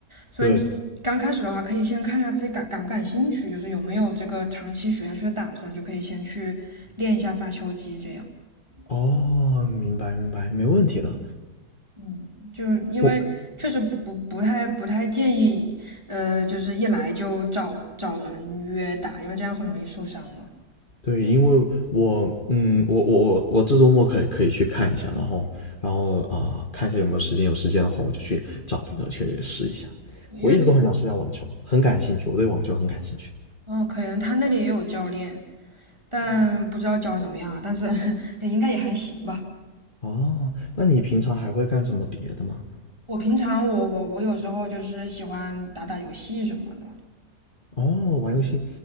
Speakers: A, on the right; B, on the left.
A: 所以你刚开始的话，
B: 对。
A: 可以先看一下自己感感不感兴趣，就是有没有这个长期学下去的打算，就可以先去练一下发球机这样。
B: 哦，明白明白，没问题的。
A: 嗯，就是因为确实不不不太不太建议，
B: 我。
A: 呃，就是一来就找找人约打，因为这样很容易受伤嘛。
B: 对，因为我，嗯，我我我我这周末可以可以去看一下，然后然后啊、看一下有没有时间，有时间的话我就去找一个去试一下。
A: 因为
B: 我一直都很想试一下网球，很感兴趣，我对网球很感兴趣。
A: 嗯，可能他那里也有教练，但不知道教得怎么样啊，但是 <laughs> 应该也还行吧。
B: 哦，那你平常还会干什么别的吗？
A: 我平常我我我有时候就是喜欢打打游戏什么的，
B: 哦，玩游戏，